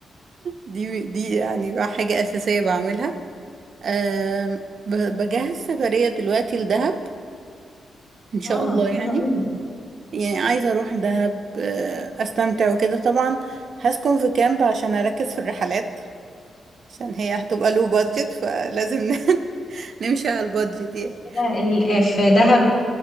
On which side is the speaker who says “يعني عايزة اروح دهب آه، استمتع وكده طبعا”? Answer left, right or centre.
Right